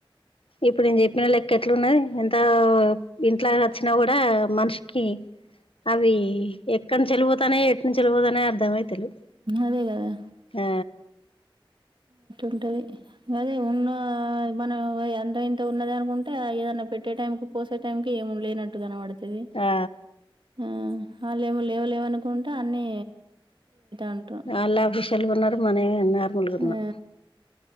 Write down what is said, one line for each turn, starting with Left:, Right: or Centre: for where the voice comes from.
Left: ఇప్పుడు నేన్ చెప్పిన లెక్క ఎట్లున్నది ఎంతా, ఇంట్లా వచ్చినా కూడా మనిషికీ అవీ ఎక్కడ నుంచి ఎళ్ళిపోతానయి ఎట్ నుంచ్ ఎట్కెల్లి పోతానయ్ అర్ధమైత లేవ్.
Right: అదే కదా
Left: ఆ
Right: ఉంటది. అదే ఉన్నా మనం ఎంత ఇంత ఉన్నది అనుకుంటే ఏదన్న పెట్టే టైంకు, పోసే టైంకీ ఏమ్ లేనట్టు కనబడు తుంది.
Left: ఆ
Right: ఆ ఆ లెవు లేవు లేవన్న ఆ అన్నీ అంటారు
Left: వాళ్ళే ఆఫీషియల్గ ఉన్నరూ, మనమే నార్మల్గ ఉన్నం.
Right: ఆ,